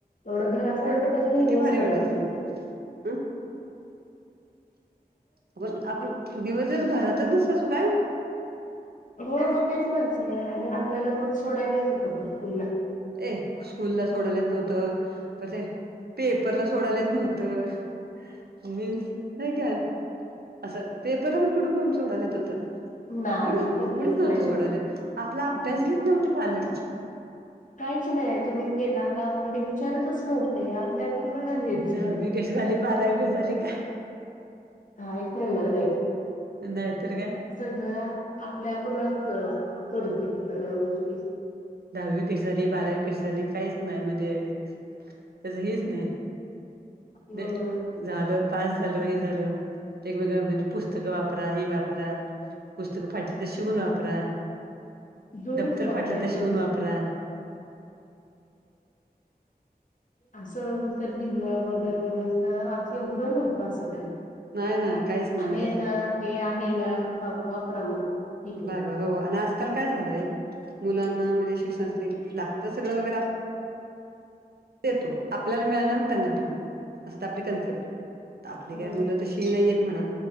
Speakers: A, on the left (about 50°); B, on the right (about 75°).
A: एवढ घरा तरीलंच
B: किती भारी
A: नाही
B: वाटायचं
A: आपण
B: ना ह आपण आपण दिवस दिवस घरातच नसत. तो काय!
A: हो मग तेच म्हणच आणि आपल्याला पण सोडायलाच होतं त्याच स्कूलला
B: ए स्कूलला सोडायलाच नव्हतं. ते पेपरला सोडायलाच नव्हतं. मीन्स नाही काय असं पेपरहून कुठे कोण सोडालात होतं.
A: नाही
B: कुणीच
A: कधीच
B: कुणीच नव्हतं
A: नाही.
B: सोडवलेत. आपला अभ्यास घेत नव्हते पालन
A: काहीच नाहीय तुम्ही केला का वगैरे विचारतच नव्हते. आपल्या पण बघानेच
B: दहावी कशी झाली बारावी कशी झाली. काय
A: हा येतलाे
B: नाहीतर काय
A: सगळ्या आपल्या आपणच करत आहेच्या सगळ्या गोष्टी
B: दहावी कशी झाली बारावी कशी झाली काहीच नाही म्हणजे त्याच हच नाही.
A: अ
B: ब <unintelligible> झालं पास झाल हे झालं वेगवेगळं पुस्तकं वापरा हे वापरा पुस्तक फाटली तर शिवून वापरा
A: जमूच
B: दप्तर
A: वापरायचं
B: फाटलं तर शिवून वापरा
A: असं तर ललं वगैरे <inaudible> आम उडं नव्हतं असं काही
B: नाही ना काहीच नाही
A: आहे
B: म्हणजे असं
A: ना ते आहे ना वापरा मग ठीक आहे
B: भागवा हो आणि आजकाल काय झालंय मुलांना म्हणजे शिक्षणासाठी लागतं. सगळं वगैरे देतो आपल्याला मिळालाून त्यांना देऊ असं आपले कन्सेप्ट आपली
A: ह
B: काय मुलं तरशी नाही. येत म्हणा